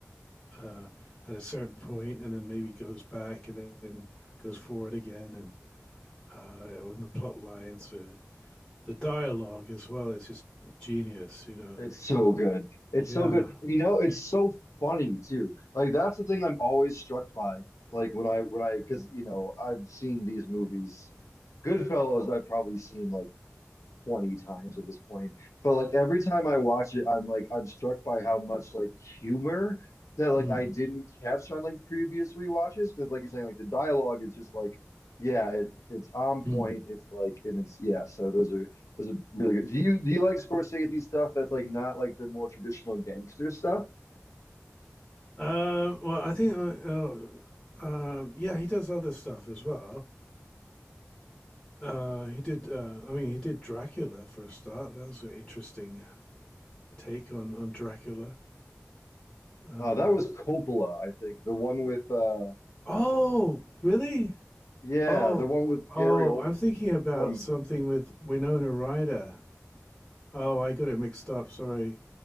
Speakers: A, on the left (about 25°); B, on the left (about 75°).
A: uh, at a certain point and then maybe goes back and then goes forward again, and uh, with the plot lines, uh, the dialogue as well is just genius. You know,
B: It's so good. It's
A: yeah.
B: so good. You know, it's so funny too. Like that's the thing I'm always struck by. Like when I when I because you know I've seen these movies. Goodfellas, I've probably seen like 20 times at this point. But like every time I watch it, I'm like I'm struck by how much like humor that like
A: Mm.
B: I didn't catch on like previous rewatches because like you're saying like the dialogue is just like yeah it, it's on point
A: Mm.
B: it's like and it's yeah so those are those are really good. Do you do you like Scorsese stuff that's like not like the more traditional gangster stuff?
A: Um, well, I think uh, uh, um, yeah, he does other stuff as well. Uh, he did. Uh, I mean, he did Dracula for a start. That was an interesting take on on Dracula. Um,
B: Uh, that was Coppola, I think. The one with uh
A: oh, really?
B: yeah,
A: Oh,
B: the one with Gary
A: oh,
B: Oldman
A: I'm thinking about
B: from
A: something with Winona Ryder. Oh, I got it mixed up. Sorry.